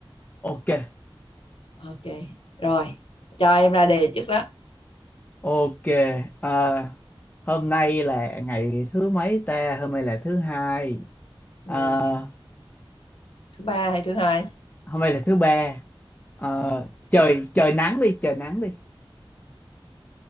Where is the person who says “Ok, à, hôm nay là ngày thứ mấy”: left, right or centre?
Left